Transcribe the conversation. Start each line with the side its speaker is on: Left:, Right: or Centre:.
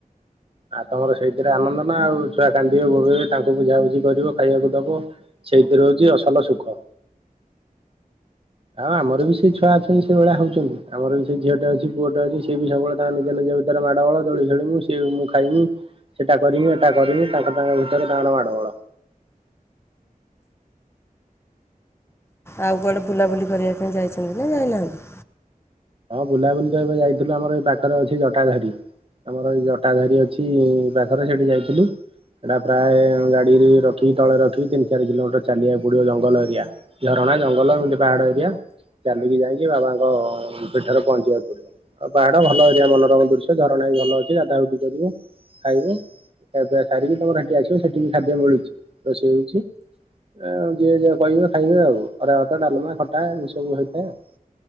Right: ଆଉ ତମର ସେଇଥେରେ ଆନନ୍ଦ ନା ଆଉ ଛୁଆ କାନ୍ଦିବେ ବୋବେଇବେ ତାଙ୍କୁ ବୁଝାବୁଝି କରିବ ଖାଇଆକୁ ଦବ। ସେଇଥିରେ ହଉଚି ଅସଲ ସୁଖ। ଆଉ ଆମର ବି ସେ ଛୁଆ ଅଛନ୍ତି ସେ ଭଳିଆ ହଉଚନ୍ତି ଆମର ବି ସେ ଝିଅଟେ ଅଛି ପୁଅଟେ ଅଛି ସେଏ ବି ସବୁବେଳେ ତାଙ୍କ ନିଜ ନିଜ ଭି ର ମାଡ଼ଗୋଳ ଦୋଳି ଖେଳି ମୁଁ ସେ ମୁଁ ଖାଇ ମୁଁ। ସେଟା କରିମି ଏଟା କରିମି ତାଙ୍କ ତାଙ୍କ ଭିତରେ ତାଙ୍କର ମାଡଗୋଳ।
Left: ଆଉ କୁଆଡେ ବୁଲାବୁଲି କରିବା ପାଇଁ ଯାଇଚନ୍ତି ନାଁ ଯାଇନାହାନ୍ତି?
Right: ହଁ ବୁଲାବୁଲି ତ ଏବେ ଯାଇଥିଲୁ ଆମର ଏଇ ପାଖରେ ଅଛି ଜଟାଧରି। ଆମର ଏଇ ଜଟା ଧରି ଅଛି ପାଖରେ ସେଠି ଯାଇଥିଲୁ। ସେଇଟା ପ୍ରାଏ ଗାଡ଼ିରେ ରଖିକି ତଳେ ରଖିକି ତିନି ଚାରି କିଲୋମିଟର ଚାଲିବାକୁ ପଡ଼ିବ ଜଙ୍ଗଲ ଏରିଆ। ଝରଣା ଜଙ୍ଗଲ ଏମିତି ପାହାଡ ଏରିଆ ଚାଲିକି ଯାଇକି ବାବାଙ୍କ ସେଠାରେ ପହଞ୍ଚିବାକୁ ପଡିବ ଆଉ ପାହାଡ ଭଲ ଏରିଆ ମନୋରମ ଦୃଶ୍ୟ ଝରଣା ବି ଭଲ ଅଛି ଗାଧାଗୁଧି କରିବ। ଖାଇବ ଖିଆପିଆ ସାରିକି ତମେ ରାତି ଆସିବ ସେଠିକି ଖାଦ୍ୟ ମିଳୁଛି ରୋଷେଇ ହେଉଚି। ଉ ଯିଏ ଯା କହିବେ ଖାଇବେ ଆଉ ଅରୁଆ ଭାତ ଡାଲମା ଖଟା ଏ ସବୁ ହେଇଥାଏ।